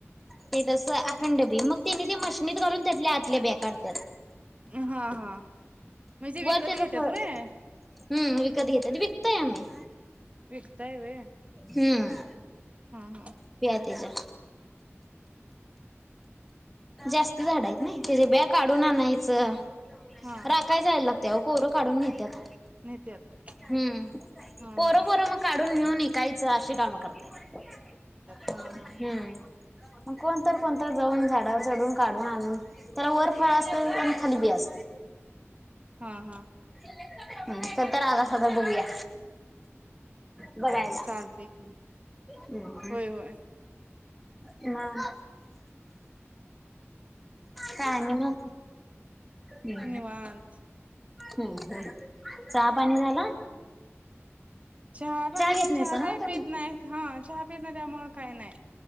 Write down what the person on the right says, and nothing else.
हा हा म्हणजे विकत
घेत्यात
व्हय
विकताय व्हय
हा हा
हा
नेत्यात
हा
हा
हा हा
हा हा
चालतय की
होय होय
निवांत
चहा पणी
चहा
काही
पित नाही हा चहा पित नाही त्यामुळे काय नाही